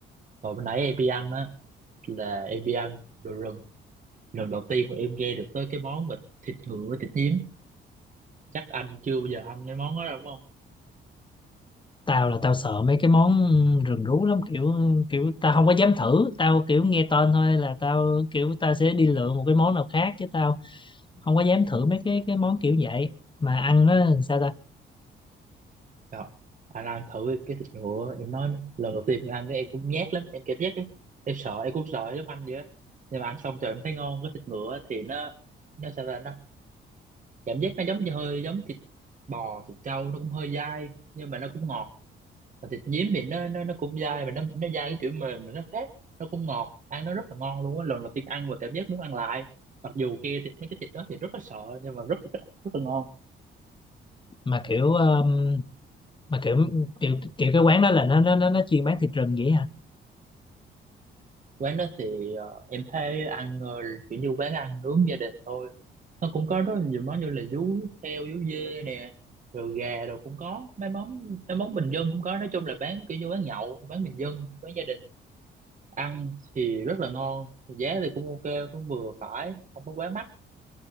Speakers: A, on the right; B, on the left.
A: rồi bữa nãy em đi ăn á là em đi ăn đồ rừng lần đầu tiên mà em nghe được tới cái món mà thịt ngựa thịt nhím chắc anh chưa bao giờ ăn cái món đó đâu đúng không
B: tao là tao sợ mấy cái món rừng rú lắm kiểu kiểu tao không có dám thử tao kiểu nghe tên thôi là tao kiểu tao sẽ đi lựa một cái món nào khác chứ tao không có dám thử mấy cái cái món kiểu vậy mà ăn nó làm sao ta
A: Rồi, anh ăn thử cái thịt ngựa em nói lần đầu tiên ăn cái em cũng nhát lắm em cảm giác em, em sợ em cũng sợ giống anh vậy á nhưng mà ăn xong trời em thấy ngon cái thịt ngựa thì nó nó sao ta nó cảm giác nó giống như hơi giống thịt bò thịt trâu nó cũng hơi dai nhưng mà nó cũng ngọt và thịt nhím thì nó nó nó cũng dai mà nó nó dai cái kiểu mềm mà nó khác nó cũng ngọt ăn nó rất là ngon luôn á lần đầu tiên ăn và cảm giác muốn ăn lại mặc dù kia thịt mấy cái thịt đó thì rất là sợ nhưng mà rất rất, rất là ngon
B: mà kiểu um, mà kiểu kiểu kiểu cái quán đó là nó nó nó, nó chuyên bán thịt rừng vậy hả
A: quán đó thì ờ, em thấy ăn ờ, kiểu như quán ăn nướng gia đình thôi nó cũng có rất là nhiều món như là vú heo vú dê nè rồi gà rồi cũng có mấy món mấy món bình dân cũng có nói chung là bán kiểu như bán nhậu bán bình dân bán gia đình ăn thì rất là ngon giá thì cũng ok cũng vừa phải không có quá mắc